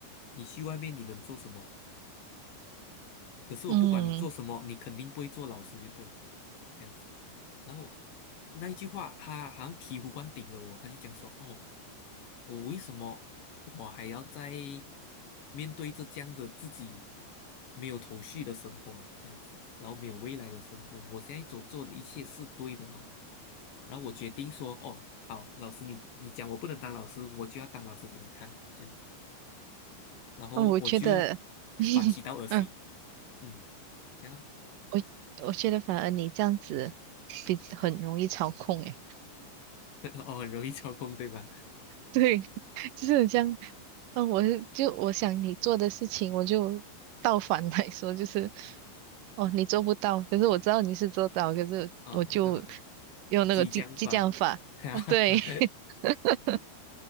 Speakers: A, on the left (about 70°); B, on the right (about 85°).
A: 你去外面你能做什么？”可是我不管你做什么，
B: 嗯，
A: 你肯定不会做老师就对了这样子。然后那一句话，他好像醍醐灌顶了我，他就讲说：“哦，我为什么我还要在面对着这样的自己没有头绪的生活，这样子，然后没有未来的生活？我现在所做的一切是对的吗？”然后我决定说：“哦，好，老师你你讲我不能当老师，我就要当老师给你看，这样子。”然后我就
B: 哦，我觉得，<laughs>
A: 反其道而行，
B: 嗯，
A: 嗯，这样
B: 我我觉得反而你这样子比很容易操控，诶，
A: <laughs> 哦，很容易操控，对吧？
B: 对，<laughs> 就是这样，嗯，我是就我想你做的事情，我就倒反来说，就是，哦，你做不到，可是我知道你是做到，可是我就
A: 啊、那种
B: 用那个激激将法，
A: 激将法，<laughs> 哈哈哈，
B: <laughs> 嗯，对。<laughs>